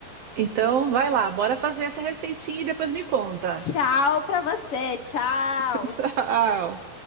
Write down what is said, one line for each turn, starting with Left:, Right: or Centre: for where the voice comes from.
Right: Então, vai lá, bora fazer essa receitinha e depois me conta.
Left: Tchau pra você, tchau!
Right: <laughs> Tchau.